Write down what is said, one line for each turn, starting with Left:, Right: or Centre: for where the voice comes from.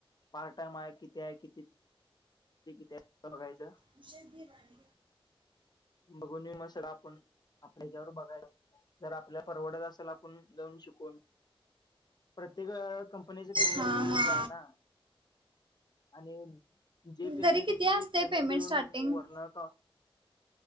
Left: पार्ट टाइम आहे किती आहे किती कि बघायचं
Right: विषय घ राणी
Left: बघून मी मग सड आपण आपल्याच्यावर बघाय जर आपल्या परवडत असेल ण जाऊन शिकवून प्रत्येक कंपनीच पेमेंट
Right: हा
Left: वेगवेगळं
Right: हा
Left: आहे ना आणि जे पेमेंट
Right: तरी किती
Left: येते ते
Right: असते
Left: पेमेंट येऊन
Right: स्टार्टिंग
Left: वरणार का